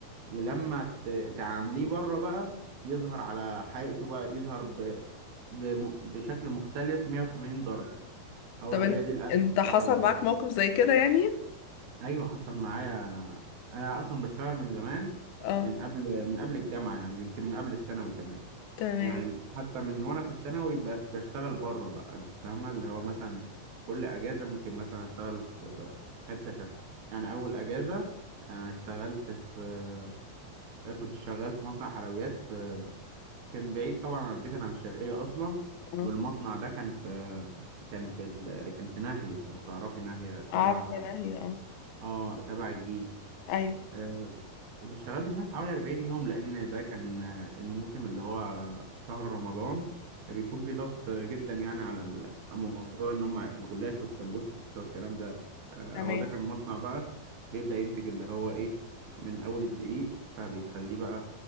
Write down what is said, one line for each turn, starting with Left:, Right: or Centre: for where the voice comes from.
Right: ولما ت- تعامليه بره بقى يظهر على حقيقته بقى يظهر ب... بم- بشكل مختلف 180 درجة هو
Left: طب
Right: هي
Left: انت
Right: دي الأزمة
Left: انت
Right: بصراحة
Left: حصل
Right: بالنسبة
Left: معاك موقف
Right: لي
Left: زي كده يعني
Right: أيوة حصل معايا أنا أنا أصلا بشتغل من زمان
Left: اه
Right: من قبل من قبل الجامعة يعني يمكن من قبل الثانوي كمان
Left: تمام
Right: يعني حتى من وأنا في الثانوي بس- بشتغل بره بقى أنت فاهمة اللي هو مثلا كل أجازة ممكن مثلا أشتغل في حتة شكل يعني أول أجازة أنا اشتغلت في كنت شغال في مصنع حلويات كان بعيد طبعا عن البيت انا من الشرقيه اصلا
Left: اه
Right: والمصنع ده كان في كان في ال... كان في ناهيه لو تعرفي ناهيه
Left: عارفه
Right: تبع
Left: انا هي اه
Right: اه تبع الجيزه
Left: ايوه
Right: آه، اشتغلت هناك حوالي 40 يوم لان ده كان آه، الموسم اللي هو شهر رمضان فبيكون في ضغط جدا يعني على الموضوع ان هم الجلاش والسمبوسه والكلام ده آه،
Left: تمام
Right: هو ده كان مصنع بقى بيبدا ينتج اللي هو ايه من اول الدقيق فبيخليه بقى